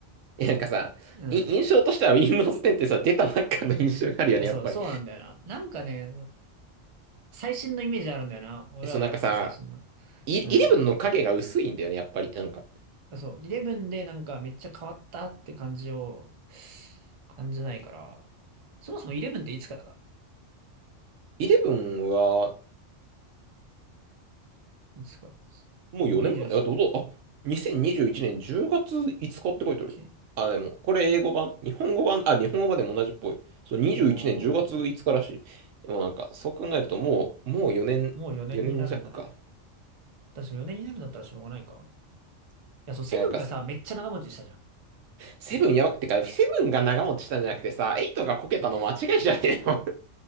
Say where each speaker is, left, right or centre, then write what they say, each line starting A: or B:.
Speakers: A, on the right; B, on the right.
A: え、なんかさ、
B: うん。
A: い印象としては
B: い
A: Windows 10ってさ、出たばっかの印象があるよね、
B: や、そう、
A: やっぱり。
B: そうなんだよな。なんかね、最新のイメージあるんだよな。俺らがやってた最新の。
A: え、そう、なんかさ、い11の影が薄いんだよね、
B: うん。
A: やっぱり。なんか、
B: そう、11でなんかめっちゃ変わったって感じを感じないから、そもそも11っていつからだ
A: 11は、
B: いつからです。
A: もう4年前、
B: 23年
A: あ、どうぞ、あ、2021年10月5日って書いてある。
B: ?21?
A: あ、でも、これ英語版日本語版あ、日本語版でも同じっぽい。そう、21年10月5日らしい。
B: おー、
A: でもなんか、そう考えるともう、もう4年、
B: もう4年になるんだね。
A: 4年弱か。
B: 私4年になるんだったらしょうがないか。いや、そう、セブンがさ、
A: え、なんか、
B: めっちゃ長持ちしたじゃん。
A: セブンやば、
B: あと、
A: てか、セブンが長持ちしたんじゃなくてさ、エイトがこけたの間違いじゃねえの
B: うん